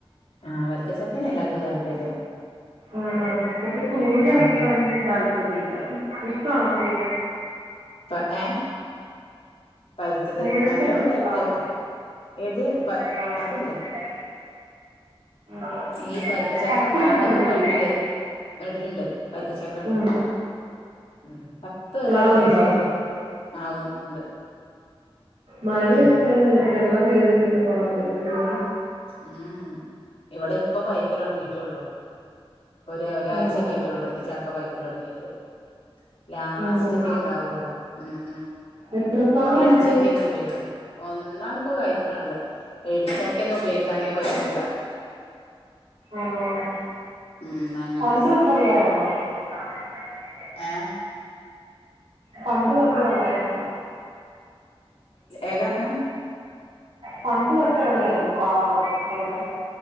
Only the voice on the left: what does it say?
ആ അവരക്ക് ചെക്കനെ എല്ലാർക്കും താല്പര്യമാ
ഉം
ഉം
ത ഏഹ് പഴുത്തത്
നല്ലോണം
പഴുത്ത് ഏത്
അതില്ല
ഈ വരിക്കച്ചക്ക
പാകത്തെ
പൈപ്പിലെ വടിലുണ്ട് വരിക്കച്ചക്ക ഉണ്ട്
ഉം പപ്പേറിയ
ടേസ്റ്റ് ഇല്ല ആ ഉണ്ട്
ഉം
ഉം ഇവിടെ ഇപ്പം പയ്ക്കല് തൊടങ്ങിയിട്ടേയുള്ളു ഇപ്പൊ ഒരു ഒരാഴ്ചക്കെ
ആയിറ്റുള്ളൂ ഇവിടുത്തെ ചക്ക പഴുക്കല് തുടങ്ങിയിട്ട് ലാസ്റ്റ്
ഒക്കെ ഉണ്ടാവുള്ളൂ ഉം ഉം
ഇടിച്ചക്കെ ഒന്ന് ഉപയോഗിക്കും ഒന്നാണിപ്പം കഴിക്കണെയുള്ളു ഇടിച്ചക്കയൊന്നും ഉപയോഗിക്കാനേ പറ്റൂല്ല
ഉം അങ്ങനത്തെ
എഹ്
ഏതാർണ്ണെ